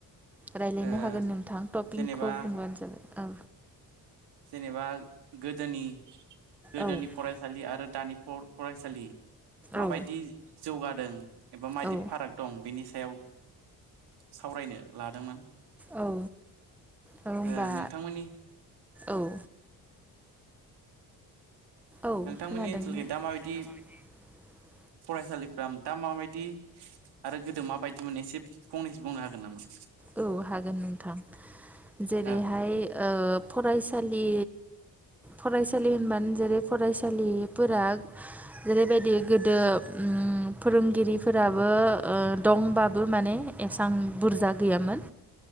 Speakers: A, in the centre; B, on the right.
A: रायज्लायनो
B: ओ
A: हागोन नोंथां टपिकखौ
B: जेनेबा
A: बुंब्लानो जाबाय औ
B: जेनेबा गोदोनि गोदोनि
A: औ
B: फरायसालि आरो दानि फरायसालि माबायदि
A: औ
B: जौगादों एबा मायदि
A: औ
B: फाराग दं बेनि सायाव सावरायनो लादोंमोन
A: औ औ होनबा
B: ओ नोंथांमोननि
A: औ। औ
B: नोंथांमोननि
A: खोनादों
B: ओनसोलखौ दा माबायदि
A: <unintelligible>
B: फरायसालिफ्रा दा माबायदि आरो गोदो माबायदिमोन एसे फंनैसो बुंनो हागोन नामा?
A: औ हागोन नोंथां जेरैहाय
B: औ
A: ओ फरायसालि फरायसालि होनबानो जेरै फरायसालिफोरा जेरैबायदि गोदो ओम ओम फोरोंगिरि फोराबो ओ दंबाबो माने एसबां बुरजा गैयामोन